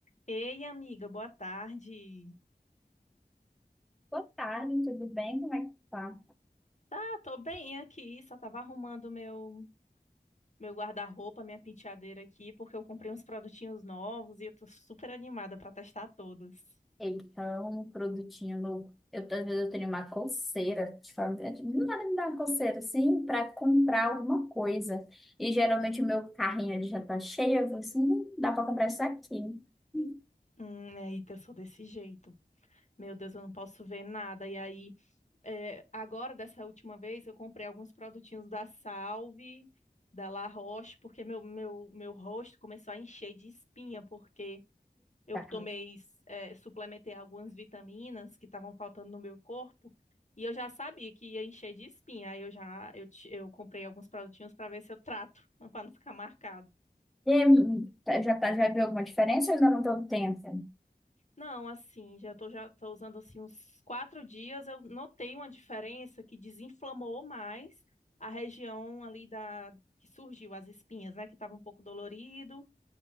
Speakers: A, on the left; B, in the centre.
A: Ei, amiga, boa tarde.
B: Boa tarde, tudo bem? Como é que tá?
A: Tá, tô bem aqui, só tava arrumando meu meu guarda-roupa, minha penteadeira aqui, porque eu comprei uns produtinhos novos e eu tô super animada pra testar todos.
B: Então, um produtinho novo. Eu, às vezes eu tenho uma coceira, de fazer, do nada me dá uma coceira assim para comprar alguma coisa. E geralmente o meu carrinho ele já tá cheio, eu falo assim, "Hum, dá para comprar isso aqui. Hum,
A: Hum, eita, eu sou desse jeito. Meu Deus, eu não posso ver nada. E aí, é, agora, dessa última vez, eu comprei alguns produtinhos da Salve, da La Roche, porque meu, meu, meu rosto começou a encher de espinha, porque Eu
B: Tá.
A: tomei, é, suplementei algumas vitaminas que estavam faltando no meu corpo e eu já sabia que ia encher de espinha. Aí eu já eu, ti- eu comprei alguns produtinhos para ver se eu trato, <laughs> para não ficar marcado.
B: E aí, tá- já, tá, já viu alguma diferença? ou Ainda não deu tempo.
A: Não, assim, já tô já tô usando assim uns quatro dias. Eu notei uma diferença que desinflamou mais a região ali da que surgiu as espinhas, né? Que estava um pouco dolorido